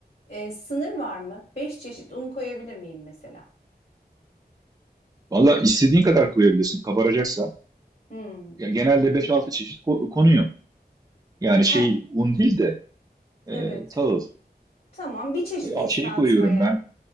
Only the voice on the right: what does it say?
Valla istediğin kadar koyabilirsin kabaracaksa.
Ya genelde beş altı çeşit ko- konuyor. Yani
şey un değil de e,
tahıl.
E,
a- şeyi koyuyorum
ben.